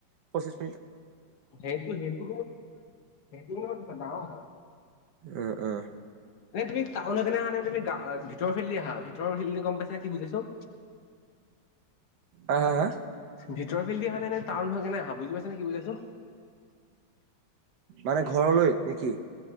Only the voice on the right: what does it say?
পঁচিছ।
উ উ।
আ হা হা?
মানে ঘৰলৈ নে কি?